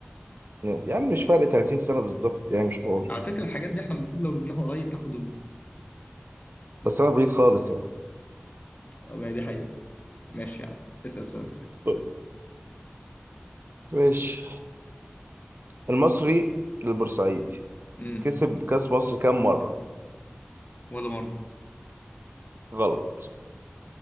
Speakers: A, on the right; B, on the left.
A: يا عم مش فرق 30 سنة بالظبط يعني مش حوار
B: على فكرة الحاجات دي احنا المفروض لو جبناها قريب ناخد النقطة
A: بس أنا بعيد خالص يعني
B: آه، ما هي دي حقيقة ماشي يا عم اسأل سؤال
A: طيب، ماشي المصري البورسعيدي
B: امم
A: كسب كأس مصر كام مرة؟
B: ولا مرة
A: غلط